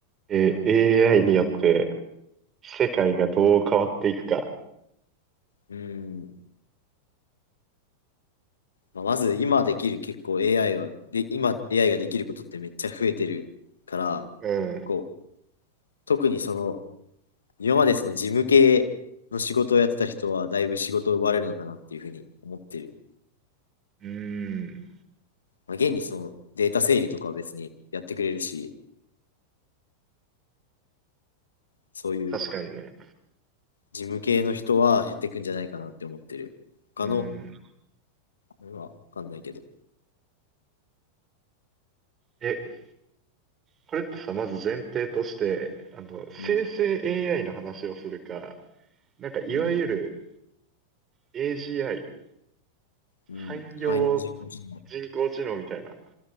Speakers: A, on the right (about 25°); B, on the left (about 70°).
A: えー、AI によって世界がどう変わっていくか。
B: うん。まあ、まず今できる結構 AI は、で、今 AI ができることってめっちゃ増えてるから、
A: うん。
B: こう、特にその、今までその事務系の仕事をやってた人はだいぶ仕事を奪われるのかなっていうふうに思ってる。
A: うーん。
B: まあ、現にそのデータ整理とかは別にやってくれるし、そういう
A: 確かにね。
B: 事務系の人は減ってくんじゃないかなって思ってる。他の、
A: うん。
B: まあわかんないけど。
A: え、これってさ、まず前提として、あの、
B: うん、
A: 生成 AI の話をするか、なんかいわゆる
B: うん、
A: AGI、
B: うん。
A: 汎用
B: 範囲事項者。
A: 人工知能みたいな、